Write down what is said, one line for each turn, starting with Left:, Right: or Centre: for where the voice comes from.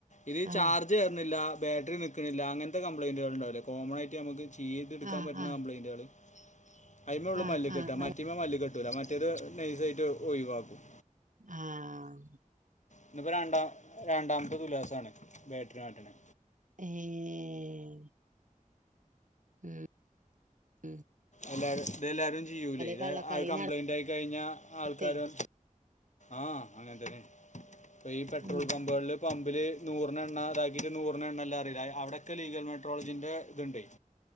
Left: ഇനി
Right: ആഹ്
Left: ചാർജ് കേറുന്നില്ല ബാറ്ററി നിൽക്കുന്നില്ല അങ്ങത്തെ കപ്ലയിൻ്റൾ ഉണ്ടാവില്ലോ കോമണായിട്ട് നമുക്ക് <unintelligible> ഇയ്തടുക്ക്ൻ
Right: ആ
Left: പറ്റുന്ന
Right: ആ
Left: കംപലയിൻറ് കള് അയിമേ ഉള്ള
Right: ആ
Left: മല്ലികെട്ടാ
Right: ആ
Left: മ
Right: ആ
Left: കെട്ടൂല മറ്റേത് നൈസായിട്ട് ഒഴിവാക്കും
Right: ആഹ്
Left: ഇന്ന്പ്പോ രണ്ടാം രണ്ടാം <unintelligible> ഉല്ലാസാണ് ബാറ്ററി മാറ്റണെ
Right: ഏഹ് ആഹ്
Left: എല്ലാരും ഇതെല്ലാരും ചെയ്യൂലേ ഇത
Right: കള്ളക്കളി
Left: അ കംപ്ലൈയിന്റ് ആയി കഴിഞ്ഞാ
Right: നടത്തേ
Left: ആൾക്കാര് ആഹ് അങ്ങൻ തന്നേ പ്പ ഈ പെട്രോൾ
Right: ഉം
Left: പമ്പുകൾല് പമ്പില് നൂറിനെണ്ണ അതാക്കിട്ട് നൂറിനെണ്ണ ഇല്ല അറിയില്ലേ അയ് അവിടൊക്കെ ലീഗൽ മെട്രോളജീന്റെ ഇത്ണ്ടേയ്